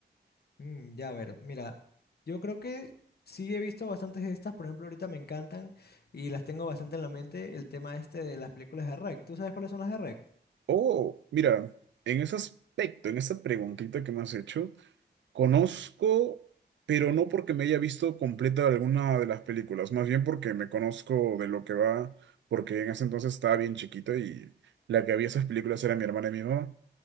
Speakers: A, on the left (about 60°); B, on the right (about 85°).
A: Mm, ya, a ver, mira, yo creo que sí he visto bastantes de estas, por ejemplo, ahorita me encantan y las tengo bastante en la mente el tema este de las películas de REC. ¿Tú sabes cuáles son las de REC?
B: Oh, mira, en ese aspecto, en esa preguntita que me has hecho, Conozco, pero no porque me haya visto completa alguna de las películas, más bien porque me conozco de lo que va, porque en ese entonces estaba bien chiquito y la que había esas películas era mi hermana y mi mamá.